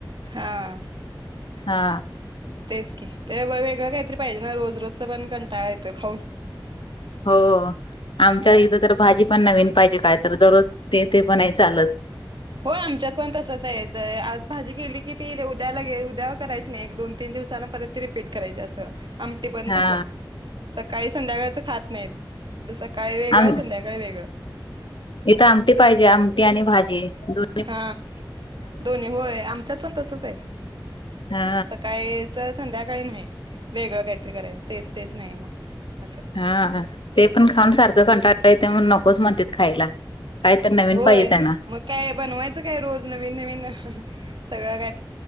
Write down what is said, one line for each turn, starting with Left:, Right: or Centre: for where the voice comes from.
Right: हां.
Left: हा
Right: तेच की ते वेगळं काहीतरी पाहिजे ना रोज रोजचं पण कंटाळा येतोय खाऊन.
Left: हो. आमच्या
Right: हा
Left: इथं तर भाजी पण नवीन पाहिजे काय तर, दररोज ते ते पण नाय चालत.
Right: होय आमच्यात पण तसच हाय, आज भाजी गेली की ती उद्या लगे उद्या करायची नाही एक दोन तीन दिवसांन परत ती री पीट करायची असं, आम टी पण
Left: हा
Right: तसच, सकाळी संध्याकाळचं खात नाहीत, सकाळी वेगळं
Left: आम
Right: संध्याकाळी वेगळं.
Left: इथं आमटी पाहिजे, आमटी आणि भाजी दोन
Right: हा दोन्ही होय, आमच्याच पण तसच आहे
Left: हा
Right: सकाळी संध्याकाळी नाही वेगळं काहीतरी करायचं तेच, तेच नाही मग असं.
Left: हा ते खाऊन सारख कंटाळा येतो म्हणून नकोच म्हणतेत खायला. काय तर नवीन
Right: होय
Left: पाहिजे त्यांना
Right: मग काय बनवायचं काय रोज नवीन, नवीन सगळं काय